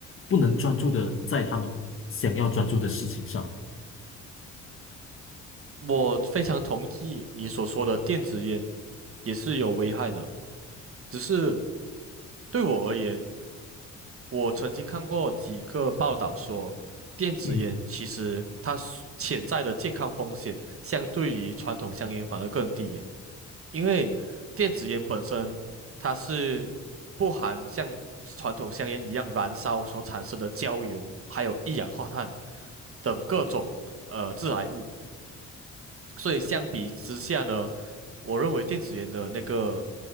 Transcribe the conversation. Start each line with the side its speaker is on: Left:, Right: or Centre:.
Left: 不能专注的在他们想要专注的事情上。
Right: 我非常同意你所说的，电子烟也是有危害的，只是对我而言，我曾经看过几个报道说，电子烟其实它是潜在的健康风险相对于传统香烟反而更低耶
Left: 嗯，
Right: 因为电子烟本身它是不含像传统香烟一样燃烧所产生的焦油，还有一氧化碳等各种呃致癌物，所以相比之下呢，我认为电子烟的那个